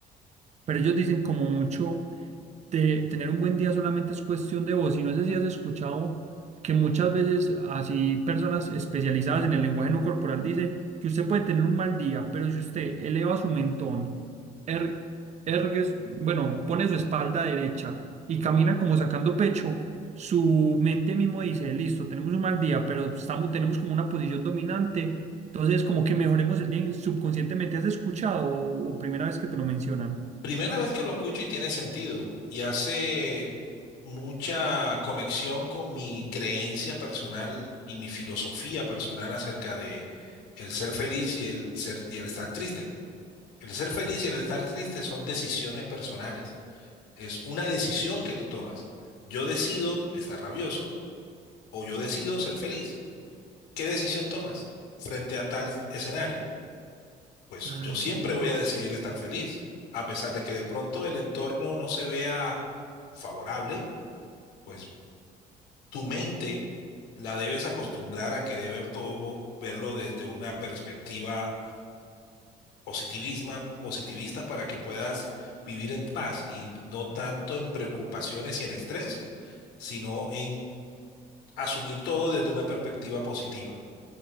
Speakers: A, on the right; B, on the left.
A: Pero ellos dicen como mucho te- tener un buen día solamente es cuestión de voz. Y no sé si has escuchado que muchas veces así personas especializadas en el lenguaje no corporal dice que usted puede tener un mal día, pero si usted eleva su mentón, er- ergue su- bueno, pone su espalda derecha y camina como sacando pecho, su mente mismo dice, listo, tenemos un mal día, pero estamos, tenemos como una posición dominante. Entonces, como que mejoremos el día subconscientemente. ¿Has escuchado o o primera vez que te lo mencionan?
B: Primera vez que lo escucho y tiene sentido. Y hace mucha conexión con mi creencia personal y mi filosofía personal acerca de el ser feliz y el ser y el estar triste. El ser feliz y el estar triste son decisiones personales. Es una decisión que tú tomas. Yo decido estar rabioso o yo decido ser feliz. ¿Qué decisión tomas frente a tal escenario? Pues
A: Ah,
B: yo siempre
A: sí,
B: voy a decidir estar feliz, a pesar de que de pronto el entorno no se vea favorable, pues tu mente la debes acostumbrar a que debe todo verlo desde una perspectiva positivismo- positivista para que puedas vivir en paz y no tanto en preocupaciones y en estrés, sino en asumir todo desde una perspectiva positiva,